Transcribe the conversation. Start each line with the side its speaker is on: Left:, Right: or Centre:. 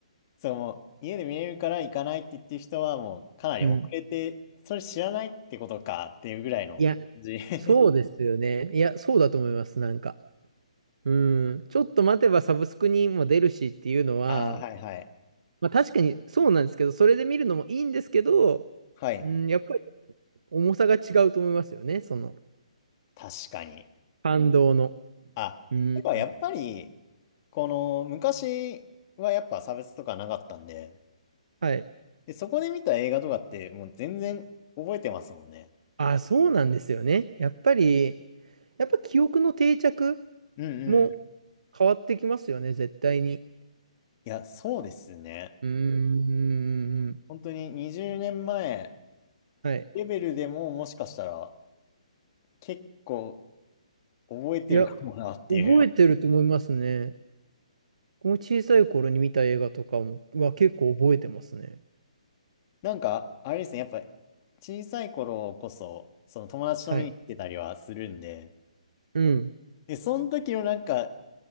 Left: それもう、家で見れるから行かないって言ってる人は、もう、かなり遅れて、
Right: うん。
Left: それ知らないってことかっていうぐらいの感じ。
Right: いや、
Left: <laughs>
Right: そうですよね。いや、そうだと思います。なんか。うん。ちょっと待てばサブスクにも出るしっていうのは、
Left: ああ、はいはい。
Right: まあ確かにそうなんですけど、それで見るのもいいんですけど、
Left: はい。
Right: うん、やっぱり重さが違うと思いますよね。その、
Left: 確かに。
Right: 感動の。
Left: あ、
Right: うん。
Left: てかやっぱり、この、昔はやっぱ差別とかなかったんで、
Right: はい。
Left: で、そこで見た映画とかって、もう全然覚えてますもんね。
Right: あ、そうなんですよね。やっぱり、やっぱ記憶の定着
Left: うんうんうん。
Right: も
Left: い
Right: 変わってきますよね、絶対に。
Left: や、そうですね。
Right: うーん。
Left: 本当に20年前
Right: はい。
Left: レベルでももしかしたら結構覚えてるかもなっていう。
Right: いや、覚えてると思いますね。この小さい頃に見た映画とかもは結構覚えてますね。
Left: なんか、あれですね、やっぱ小さい頃こそ、その友達と見に行ってたりはするんで、
Right: はい。うん。
Left: で、その時のなんか